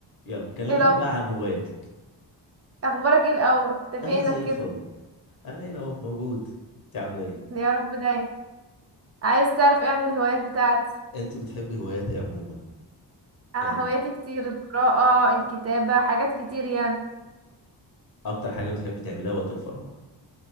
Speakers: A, on the left (about 55°); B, on the right (about 40°).
A: يلا كلميني
B: ايه لو
A: بقى عن هواياتك
B: اخبارك ايه الاول انت
A: انا
B: فينك
A: زي
B: كده
A: الفل انا هنا اهو موجود انت عامله ايه
B: يا رب دايما عايز تعرف ايه عن الهوايات بتاعتي
A: انت بتحبي هوايات ايه عموما
B: انا
A: يعني
B: هواياتي كتير القراءة الكتابة حاجات كتير يعني
A: اكتر حاجه بتحبي تعمليها وقت الفراغ